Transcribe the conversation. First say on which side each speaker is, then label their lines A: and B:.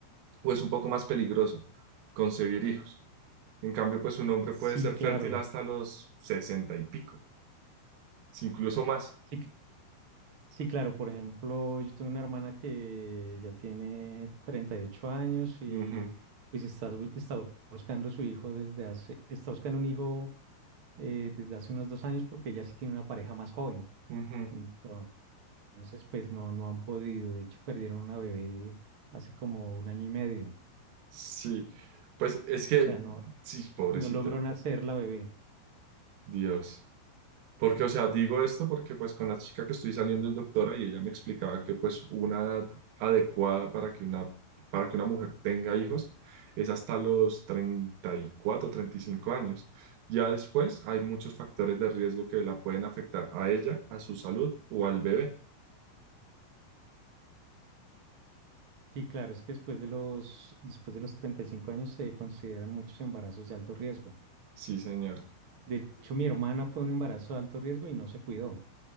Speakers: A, on the right; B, on the right.
A: o es un poco más peligroso concebir hijos. En cambio, pues un hombre
B: Sí,
A: puede ser
B: claro.
A: fértil hasta los sesenta y pico, si incluso más.
B: Sí, cl- sí, claro. Por ejemplo, yo tengo una hermana que ya tiene 38 años y
A: Ujú,
B: pues está, bu- está buscando su hijo desde hace, está buscando un hijo eh, desde hace unos dos años porque ella sí tiene una pareja más joven.
A: ujú.
B: Entonces, pues no, no han podido. De hecho, perdieron una bebé hace como un año y medio.
A: Sí, pues es que,
B: O sea, no,
A: sí, pobrecita,
B: no logró nacer la bebé.
A: Dios. Porque, o sea, digo esto porque pues con la chica que estoy saliendo es doctora y ella me explicaba que pues una edad adecuada para que una, para que una mujer tenga hijos es hasta los treinta treinta y cuatro, treinta y cinco años. Ya después hay muchos factores de riesgo que la pueden afectar a ella, a su salud o al bebé.
B: Sí, claro, es que después de los, después de los 35 años se consideran muchos embarazos de alto riesgo.
A: Sí, señor.
B: De hecho, mi hermana fue un embarazo de alto riesgo y no se cuidó.